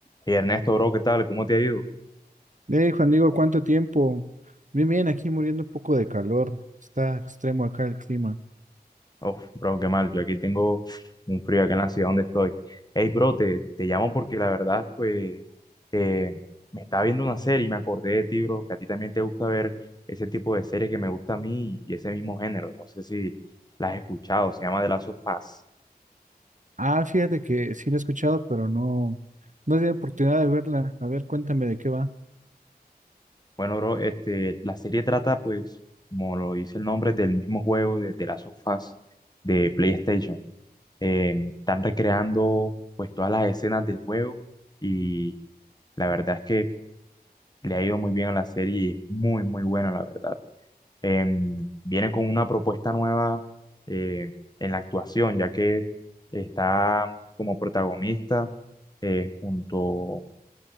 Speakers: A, on the left (about 25°); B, on the right (about 50°).
A: Y Ernesto, bro, ¿qué tal? ¿Cómo te ha ido?
B: Hey, Juan Diego, ¿cuánto tiempo? Bien, bien, aquí muriendo un poco de calor. Está extremo acá el clima.
A: Uf, bro, qué mal. Yo aquí tengo un frío acá en la ciudad donde estoy. Hey, bro, te, te llamo porque la verdad, pues, eh, me estaba viendo una serie y me acordé de ti, bro, que a ti también te gusta ver ese tipo de serie que me gusta a mí y ese mismo género. No sé si la has escuchado, se llama The Last of Us.
B: Ah, fíjate que sí la he escuchado, pero no, no he tenido oportunidad de verla. A ver, cuéntame de qué va.
A: Bueno, bro, este, la serie trata, pues, como lo dice el nombre, del mismo juego de The Last of Us de PlayStation. eh, están recreando pues todas las escenas del juego y la verdad es que le ha ido muy bien a la serie y es muy muy buena la verdad. Em, viene con una propuesta nueva eh, en la actuación ya que está como protagonista eh, junto